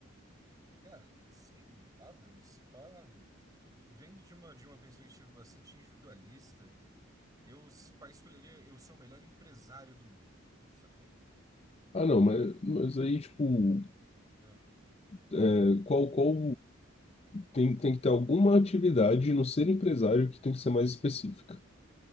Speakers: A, on the right; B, on the left.
A: Cara, sei lá, velho. Se pá, vendo de uma, de uma perspectiva bastante individualista, eu, se pá, escolheria, eu sou o melhor empresário do mundo. Sacou?
B: Ah,
A: Porque.
B: não, mas, mas aí, tipo,
A: ah,
B: é, qual, qual tem, tem que ter alguma atividade no ser empresário que tem que ser mais específica.